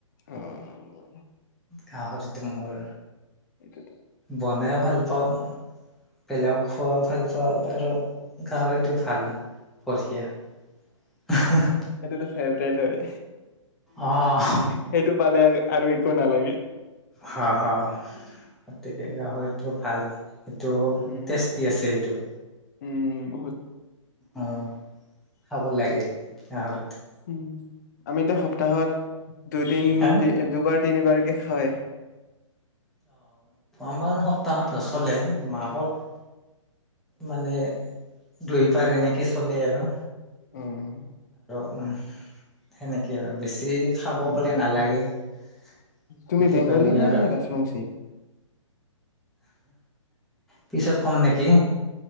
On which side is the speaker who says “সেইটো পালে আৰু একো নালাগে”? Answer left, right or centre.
Left